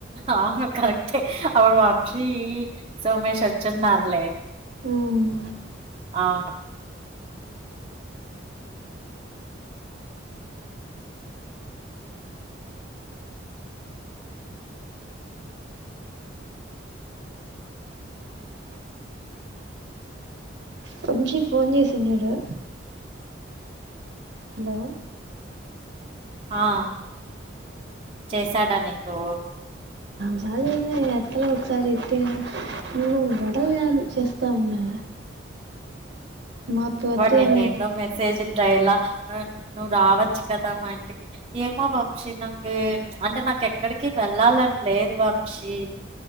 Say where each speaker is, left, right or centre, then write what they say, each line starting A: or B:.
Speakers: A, on the right; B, on the right.
A: ఆ కరెక్ట్ ఆ వంశీ సోమేష్ వచ్చున్నారులే
B: ఉమ్
A: అవును
B: వంశీ ఫోన్ చేసినాడా హలో
A: ఆహ్ చేశాడా నీకు
B: చాల ఎత్తలా ఒకసారి ఎతే నేను వడలు చేస్తా ఉన్నా మా అత్త
A: వాడు నిన్న
B: ఏమైతే
A: ఎందో మెసేజ్ డైలా నువ్వు రావచ్చు కదా మా ఇంటికి ఏమో వంశీ నాకు అంటే నాకు ఎక్కడికి వెళ్ళాలని లేదు వంశీ